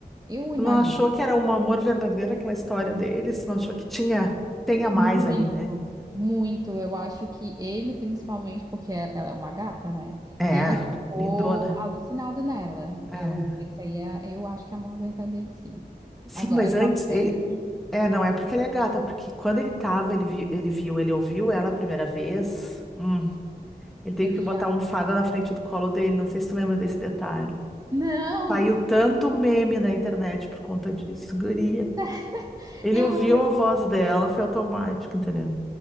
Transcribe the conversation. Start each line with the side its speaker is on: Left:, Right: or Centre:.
Right: Eu
Centre: tu
Right: imagino.
Centre: não achou que era um amor verdadeiro aquela história deles? Não achou que tinha, tenha mais
Right: Muito,
Centre: ali, né?
Right: muito. Eu acho que ele, principalmente, porque é, ela é uma gata, né?
Centre: É,
Right: Ele ficou
Centre: lindona.
Right: alucinado nela.
Centre: É.
Right: Eu, esse aí é, eu acho que é amor verdadeiro, sim.
Centre: Sim,
Right: Agora,
Centre: mas
Right: eu
Centre: antes
Right: tava
Centre: ele.
Right: olhando aqui,
Centre: É, não é porque ela é gata, porque quando ele tava, ele, vi- ele viu, ele ouviu ela a primeira vez. Hum, ele teve
Right: ele
Centre: que botar
Right: já.
Centre: a almofada na frente do colo dele. Não sei se tu lembra desse detalhe.
Right: Não!
Centre: Saiu tanto meme na internet por conta disso, guria.
Right: <laughs>
Centre: Ele
Right: Eu
Centre: ouviu
Right: não.
Centre: a voz dela, foi automático, entendeu?